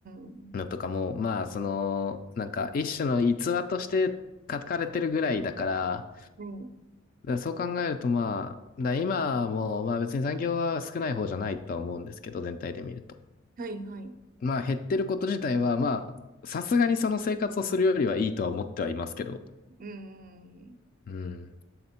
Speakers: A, on the right; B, on the left.
A: ん。
B: のとかも、まあ、その、なんか一種の逸話として書かれてるぐらいだから、
A: はい
B: だからそう考えると、まあ、だから今も、まあ別に残業は少ない方じゃないとは思うんですけど、全体で見ると。
A: はい、はい。
B: まあ減ってること自体は、まあ、さすがにその生活をするよりはいいとは思ってはいますけど。
A: うんうん
B: うん。